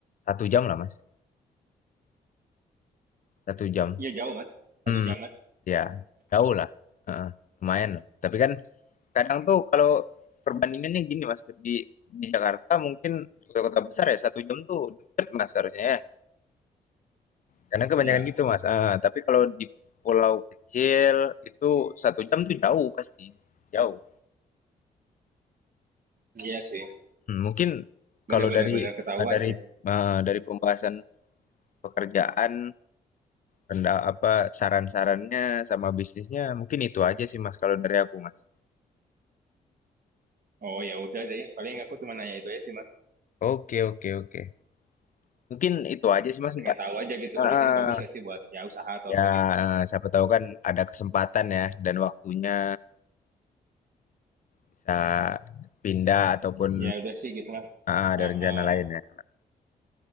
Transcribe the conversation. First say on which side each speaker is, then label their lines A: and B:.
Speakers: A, on the left; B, on the right.
A: Satu jam lah Mas. Satu jam.
B: Iya, jauh, Mas. Satu
A: Hmm,
B: jam, Mas.
A: ya jauh lah. Heeh, lumayan lah. Tapi kan kadang tuh kalau perbandingannya gini Mas di di Jakarta mungkin di kota-kota besar ya satu jam tuh deket Mas harusnya ya. karena kebanyakan
B: Ya.
A: gitu, Mas, ah tapi kalau di pulau kecil itu satu jam tuh jauh pasti, jauh.
B: Iya sih,
A: Mmm, mungkin
B: bener-bener
A: kalau dari,
B: ketahuan
A: ah, dari,
B: sih.
A: eee, dari pembahasan pekerjaan, renda apa, saran-sarannya sama bisnisnya mungkin itu aja sih, Mas, kalau dari aku, Mas.
B: Oh ya udah deh, paling aku cuma nanya itu aja sih mas.
A: Oke oke oke. Mungkin itu aja sih, Mas,
B: Pengen
A: nggak
B: tahu aja gitu
A: ah
B: kalau di situ bagus gak sih buat ya usaha atau
A: ya,
B: apa gitu.
A: eee, siapa tahu kan ada kesempatan ya dan waktunya bisa pindah ataupun
B: Ya udah sih gitu mas.
A: heeh, ada
B: Oh oh,
A: rencana lain
B: oh.
A: ya.